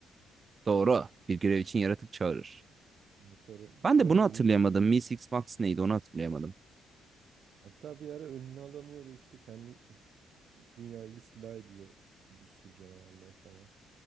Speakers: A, on the right; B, on the right.
A: Doğru. Bir görev için yaratık çağırır.
B: Sonra
A: Ben
B: bir
A: de
B: ara
A: bunu
B: ün,
A: hatırlayamadım. Mi Six Box neydi onu hatırlayamadım.
B: hatta bir ara önüne alamıyordu işte kendi dünyayı istila ediyor bir sürü canavarlar falan.